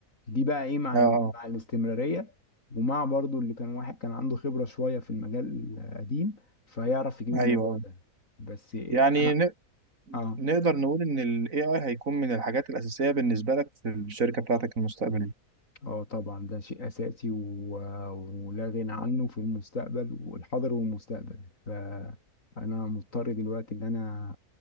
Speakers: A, on the left; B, on the right.
A: دي بقى ايه مع
B: اه
A: ال-
B: آه.
A: مع الاستمراريه ومع برضو اللي كان واحد كان عنده خبره شويه في المجال القديم فيعرف يجيب
B: ايوه
A: الموضوع
B: آه.
A: ده بس اه,
B: يعني ن-
A: آه.
B: نقدر نقول ان ال AI هيكون من الحاجات الأساسية بالنسبة لك في الشركة بتاعتك المستقبلية
A: اه طبعا ده شيء اساسي و... ولا غنى عنه في المستقبل والحاضر والمستقبل فانا مضطر دلوقتي ان انا